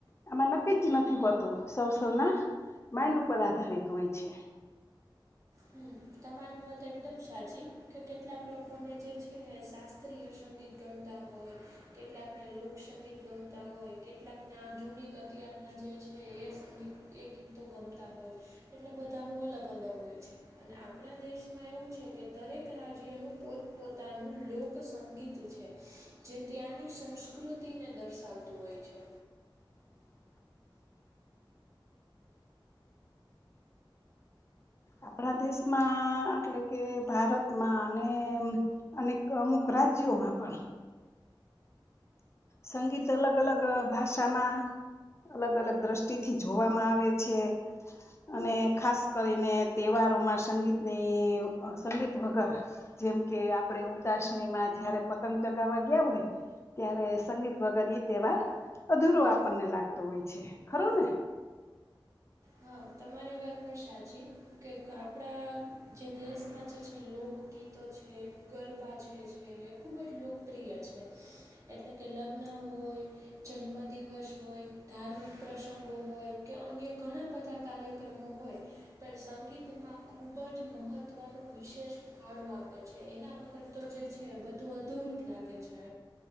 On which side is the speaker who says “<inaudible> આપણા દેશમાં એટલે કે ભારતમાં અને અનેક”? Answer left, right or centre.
Left